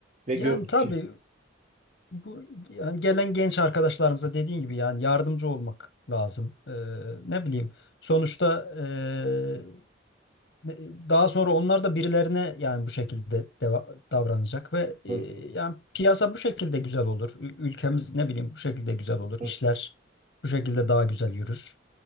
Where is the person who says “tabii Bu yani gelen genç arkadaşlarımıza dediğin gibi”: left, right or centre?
Left